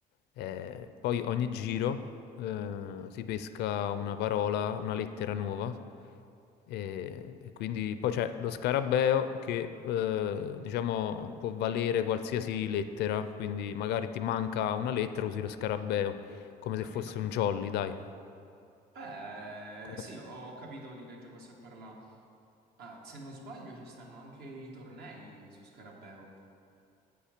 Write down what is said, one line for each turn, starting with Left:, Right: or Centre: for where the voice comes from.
Left: Eh, poi ogni giro eh, si pesca una parola, una lettera nuova. E, e quindi poi c'è lo scarabeo che eh, diciamo può valere qualsiasi lettera, quindi magari ti manca una lettera, usi lo scarabeo come
Right: capito.
Left: se fosse un jolly, dai.
Right: Eh,
Left: Come-
Right: sì, ho capito di che gioco si parla. Ah, se non sbaglio ci stanno anche i tornei su Scarabeo.